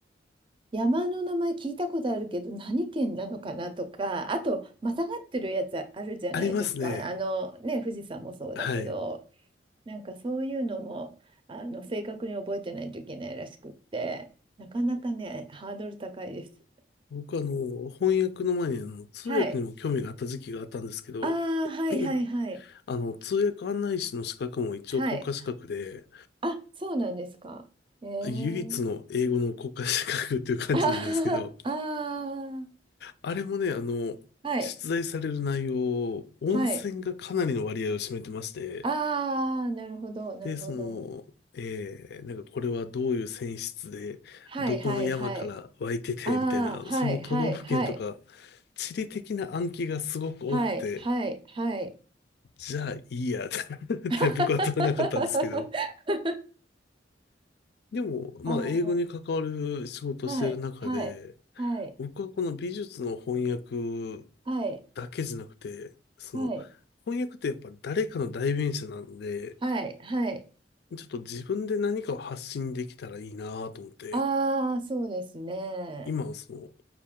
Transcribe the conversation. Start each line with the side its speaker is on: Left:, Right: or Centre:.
Right: 山の名前聞いたことあるけど、何県なのかなとか、あと、またがってるやつあるじゃないですか。
Left: ありますね。
Right: あの、ね、富士山もそうだけど。
Left: はい。
Right: なんかそういうのもあの正確に覚えてないといけないらしくって、なかなかね、ハードル高いです。
Left: 僕あの、翻訳の前にあの、通訳にも興味があった時期があったんですけど、
Right: はい。ああ、はいはいはい。
Left: <clears throat> あの、通訳案内士の資格も一応国家資格で、
Right: はい。あ、そうなんですか。ええ
Left: 唯一の英語の国家資格っていう感じなんですけど、
Right: ーあー <laughs> あー、
Left: あれもね、あの、
Right: はい。
Left: 出題される内容、温泉がかなりの割合を占めてまして、
Right: はい。ああ、なるほど、なるほど。
Left: で、その、えー、なんかこれはどういう泉質で、
Right: はいはいはい。
Left: どこの山から湧いてて、
Right: あ
Left: みたいな、
Right: あ、はいはいはい。
Left: その都道府県とか、地理的な暗記がすごく多くて、
Right: はいはいはい。
Left: じゃあいいや <laughs> っ
Right: <laughs>
Left: て僕は取れなかったんですけど。でも、まあ、
Right: ああ、
Left: 英語に関わる仕事をしてる中で、
Right: はいはいはい。
Left: 僕はこの美術の翻訳
Right: はい。
Left: だけじゃなくて、その、
Right: はい、
Left: 翻訳ってやっぱ誰かの代弁者なので、
Right: はい、はい。
Left: ちょっと自分で何かを発信できたらいいなと思って、
Right: ああ、そうですね。
Left: 今、その、